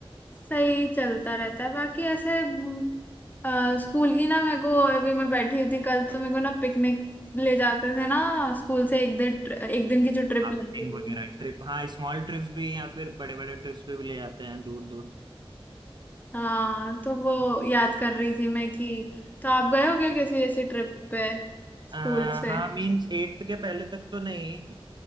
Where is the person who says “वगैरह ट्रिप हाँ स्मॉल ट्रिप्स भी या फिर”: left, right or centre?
Right